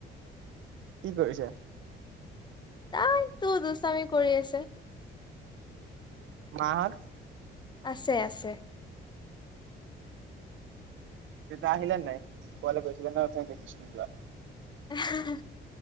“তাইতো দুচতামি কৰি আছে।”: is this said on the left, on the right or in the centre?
Left